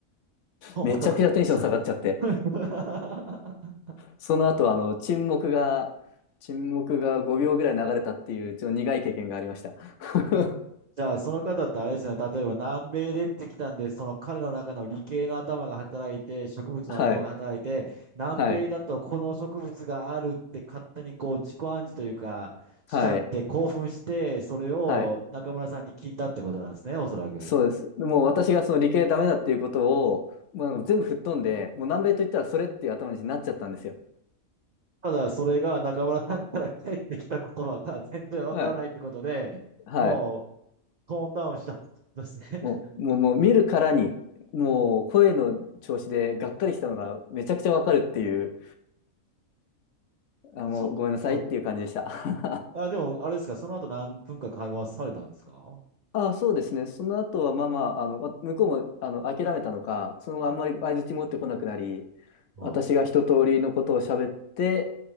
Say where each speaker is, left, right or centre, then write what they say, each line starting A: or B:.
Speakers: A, on the right (about 75°); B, on the left (about 65°).
A: 本が高か
B: めちゃくちゃテンション下がっちゃって。
A: った <laughs>
B: その後、あの、沈黙が、沈黙が5秒ぐらい流れたっていう、ちょっと苦い経験がありました。<laughs>
A: じゃあ、その方ってあれですよね。例えば南米でってきたんで、その彼の中の理系の頭が働いて、植物の頭が働いて、
B: はい、
A: 南米だとこの植物があるって勝手にこう自己暗示というか、
B: はい、
A: しちゃって興奮して、
B: はい、
A: それを中村さんに聞いたってことなんですね、
B: はい。
A: おそらく。
B: そうです。もう私がその理系ダメだっていうことを、まあ、全部吹っ飛んで、もう南米と言ったらそれっていう頭になっちゃったんですよ。
A: ただ、それが中村さんから返ってきた言葉が全然わからないってことで、
B: はい、はい。
A: もうトーンダウンしちゃったんですね。<laughs>
B: もう、もう、もう見るからに、もう声の調子でがっかりしたのがめちゃくちゃわかるっていう、あ、もうごめんなさいっていう感じでした。
A: ちょっとあ、でも、あれですか、その後何分か会話されたんですか
B: あ、そうですね。その後は、まあまあ、あの、わ向こうも、あの、諦めたのか、その後あんまり相槌持ってこなくなり、
A: うん。はい。
B: 私が一通りのことを喋って、